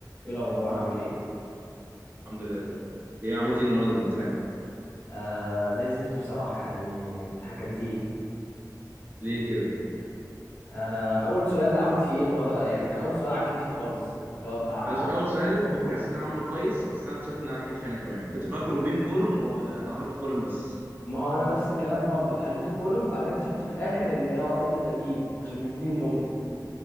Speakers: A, on the left; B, on the right.
A: ايه الاخبار عامل ايه
B: الحمد لله تمام ايه عملت ايه النهارده في الامتحان
A: آه زي الزفت بصراحه يعني الامتحان كان تقيل
B: ليه كده
A: آه اول سؤال ده عملت فيه ايه اللي هو يعني كان اول سؤال عكيت فيه خالص اللي هو بتاع
B: انا س- اول سؤال
A: بيم
B: كنت
A: كولوم
B: حاسس ان انا عامله كويس بس انا اكتشفت ان انا عكيت فيه انا كمان كنت فاكره بيم كولوم وانا عملت كولوم بس
A: ما هو انا نفس الكلام برضو حليته كولوم بعد كده اكتشفت في الاخر ان اه ايه ده ده بيم عشان مديني المومنت